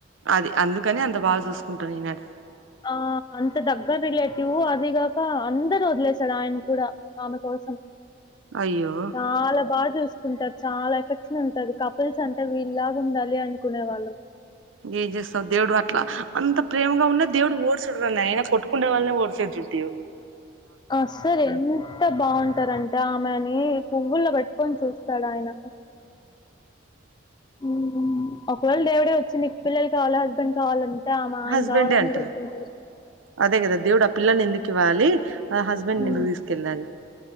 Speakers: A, on the right (about 80°); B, on the left (about 20°).
A: అది అందుకని అంత బా చూసుకుంటాను ఈనాడు
B: ఆ అంత దగ్ రిలేటివ్ అది కాక అందర్నీ వదిలేశాడు ఆయన కూడా ఆమె కోసం
A: అయ్యో
B: చాలా బా చూస్ వుంటారు చాలా ఎఫెక్షన్ ఉంటది కపుల్స్ అంటే వీల్లాగా ఉండాలి అనుకునే వాళ్ళం
A: ఏజస్తావ్ దేవుడు అట్లా అంత ప్రేమగా ఉన్నా దేవుడు ఓడ్చడ్ర నాయినా కొట్టుకు కుండ వాళ్ళనే వర్సే జుటీయో
B: అసలెంత బాగుంటారంటే ఆమెని పువ్వుల్లో పెట్ కొని చూస్తాడు ఆయన మ్ ఒకవేళ దేవుడే వచ్చి నీకు పిల్లలు కావాల హస్బెండ్ కావాలం టే మా ఆయన
A: హస్బెండే
B: కావాలనే
A: అంటారు
B: చెప్తుంటది
A: అదే కదా దేవుడు ఆ పిల్లని ఎందుకు ఇవ్వాలి ఆ హస్బెండ్
B: మ్
A: ఎందుకు తీసుకెళ్ళాలి